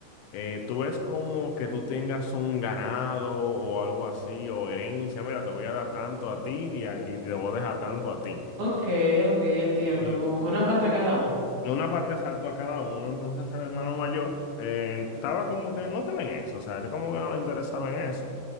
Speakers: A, on the left (about 80°); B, on the right (about 55°).
A: eh, tú ves como que tú tengas un ganado o algo así, o herencia, mira, te voy a dar tanto a ti y, a- y te voy a dejar tanto a ti.
B: Ok, ok, entiendo.
A: Y
B: Como que una parte a cada uno.
A: de una parte exacto a cada uno. Entonces el hermano mayor eh, estaba como que no estaba en eso, o sea, él como que no le interesaba en eso.